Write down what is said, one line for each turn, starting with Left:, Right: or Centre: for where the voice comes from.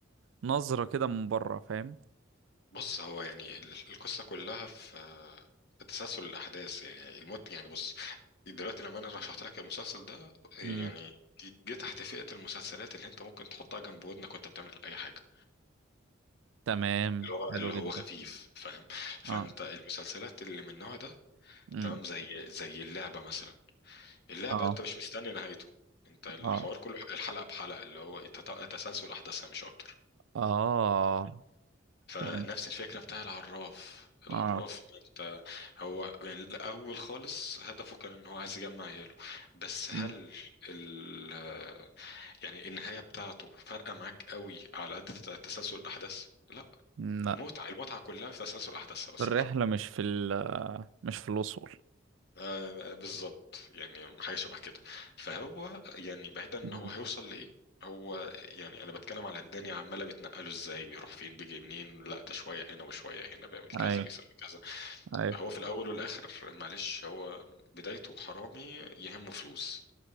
Right: نظرة كده من بره فاهم
Left: بص هو يعني ال- القصه كلها في في تسلسل الاحداث يعني الموت يعني بص دلوقتي لما انا رشحت لك المسلسل ده يعني
Right: امم
Left: جه تحت فئه المسلسلات اللي انت ممكن تحطها جنب ودنك وانت بتعمل اي حاجه
Right: تمام
Left: اللي هو
Right: حلو
Left: اللي
Right: جدا
Left: هو خفيف فاهم فانت
Right: اه
Left: المسلسلات اللي من النوع ده
Right: امم
Left: تمام زي زي اللعبه مثلا اللعبه
Right: اه
Left: انت مش مستني نهايته انت الحوار
Right: اه
Left: كله الحلقه بحلقه اللي هو تت- تسلسل احداثها مش اكتر
Right: اه
Left: فنفس
Right: فاهم
Left: الفكرة بتاع العراف العراف
Right: اه
Left: ما انت هو يعني الأول خالص هدفه كان إن هو عايز يجمع عياله بس هل
Right: امم
Left: ال يعني النهاية بتاعته فارقة معاك قوي على قد تت- تسلسل الأحداث؟ لا
Right: لا
Left: المتعة المتعة كلها في تسلسل أحداثها بس
Right: الرحلة
Left: مش أكتر
Right: مش في ال... مش في الوصول
Left: آه آه، بالظبط يعني حاجة شبه كده فهو يعني بعيدا إن
Right: أمم.
Left: هو هيوصل لإيه هو يعني انا بتكلم على الدنيا عماله بتنقله ازاي بيروح فين بيجي منين لا ده شويه هنا وشويه هنا بيعمل كذا
Right: ايوه
Left: بيسوي كذا
Right: ايوه
Left: هو في الاول والاخر معلش هو بدايته حرامي يهمه فلوس